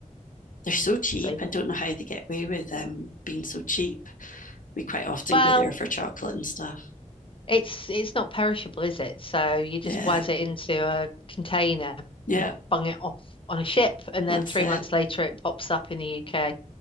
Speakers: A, on the left (about 80°); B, on the left (about 40°).
A: They're so cheap.
B: So you can,
A: I don't know how they get away with um being so cheap. We quite often
B: well,
A: go there for chocolate and stuff.
B: it's it's not perishable, is it? So you just
A: Yeah.
B: waz it into a container
A: Yeah.
B: bung it off on a ship, and
A: That's
B: then three
A: it.
B: months later it pops up in the UK.